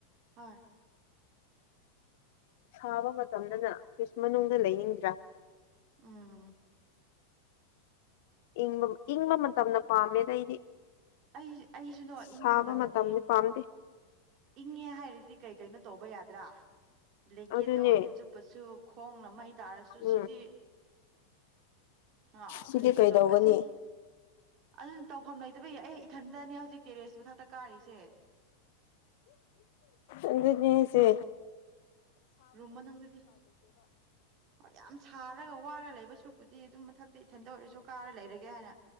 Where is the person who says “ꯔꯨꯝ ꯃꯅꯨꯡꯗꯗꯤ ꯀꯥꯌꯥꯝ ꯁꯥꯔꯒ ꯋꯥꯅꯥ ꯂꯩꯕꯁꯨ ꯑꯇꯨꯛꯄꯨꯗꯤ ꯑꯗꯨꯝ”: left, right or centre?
Right